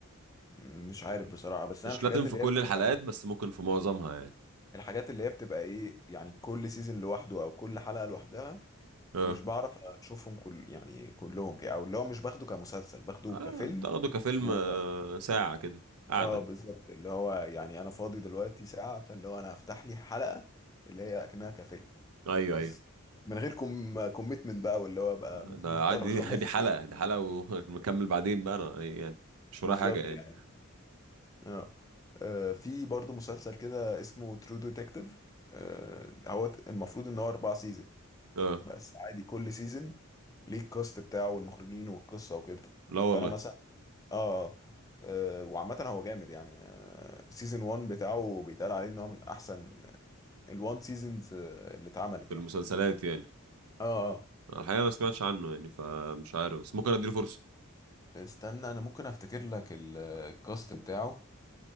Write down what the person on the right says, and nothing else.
مش
لازم في
كل
الحلقات بس ممكن في معظمها يعني
اه
آه،
بتاخده كفيلم
آه، ساعه كده قاعده
ايوه
ايوه
آه، ده
عادي
<laughs> دي حلقه دي حلقه ونكمل <laughs> بعدين بقى انا يعني مش ورايا
حاجه يعني
اه
لا والله
في المسلسلات
يعني
الحقيقة ما سمعتش عنه يعني فمش عارف بس ممكن اديله فرصة